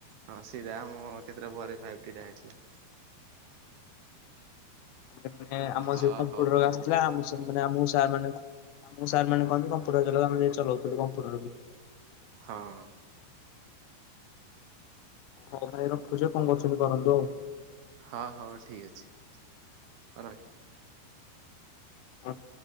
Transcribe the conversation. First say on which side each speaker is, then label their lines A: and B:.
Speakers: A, on the right; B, on the left.
A: ହଁ ସେଟା ଆମ କେତେଟା ପରେ ଫାଇଭ୍ ଡିଟା ହେଇଥିଲା
B: ଆମେମାନେ ଆମ
A: ହଁ
B: ଯୋଉ କମ୍ପୁଟର
A: ହଉ ଆଉ
B: କାମ ନା ଆମ ସାର୍ ମାନେ ଆମକୁ ସାର୍ ମାନେ ଆମକୁ ସାର୍‌ମାନେ କହନ୍ତି କମ୍ପ୍ୟୁଟର ଚଲେଇବାକୁ ଆମେ ଚଉଥିଲୁ କମ୍ପୁଟର ବି
A: ହଁ।
B: ହଉ ଭାଇ ରଖୁଛି କଣ କରୁଛନ୍ତି କରନ୍ତୁ ଆଉ?
A: ହଁ ହଉ ଠିକ୍ ଅଛି ହଁ ର
B: ହଁ